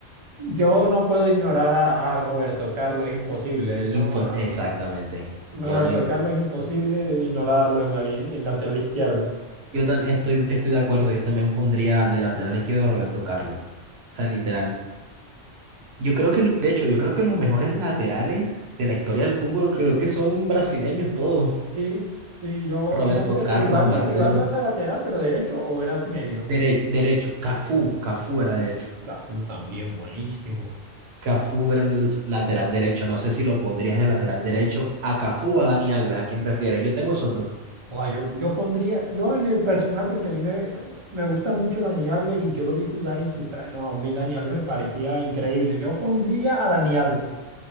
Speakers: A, on the right; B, on the right.
A: Yo no puedo ignorar a, a Roberto Carlos, es imposible.
B: Impo-
A: yo- a-
B: exactamente. Yo
A: Roberto
B: no, in-
A: Carlos es imposible ignorarlo en la, li- en lateral izquierdo.
B: yo también estoy, estoy de acuerdo. Yo también pondría al de lateral izquierdo a Roberto Carlos. O sea, literal. Yo creo que, de hecho, yo creo que los mejores laterales de la historia del fútbol creo que son brasileños todos.
A: Sí, sí, yo
B: Roberto
A: no sé,
B: Carlos,
A: Rivaldo,
B: Marcelo,
A: Rivaldo era lateral, pero derecho o eras medio.
B: dere- derecho, Cafú, Cafú era derecho.
A: Uf, Cafú también, buenísimo.
B: Cafú era el lateral derecho. No sé si lo pondrías en lateral derecho. A Cafú o a Dani Alves, ¿a quién prefieres? Yo tengo esos dos.
A: O yo, yo pondría, yo en el personal, porque a mí me, me gusta mucho Dani Alves y yo lo vi jugar en su prime. No, a mí Dani Alves me parecía increíble. Yo pondría a Dani Alves,